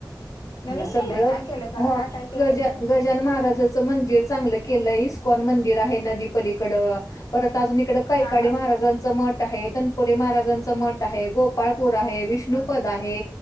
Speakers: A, on the left; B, on the left.
A: नवीन
B: मग सगळं
A: केलंय काय केलं काय
B: ह.
A: काय काय केलंय
B: गजान
A: नवीन
B: गजानन महाराजाचं मंदिर चांगलं केलंय इस कोण मंदिर आहे नदीपलीकड. परत अजून इकड कैकाडे
A: हा हा
B: महाराजांचं मठ आहे. पुरी महाराजांचं मठ आहे. गोपाळ र आहे, विष्णुपद
A: हा हा
B: आहे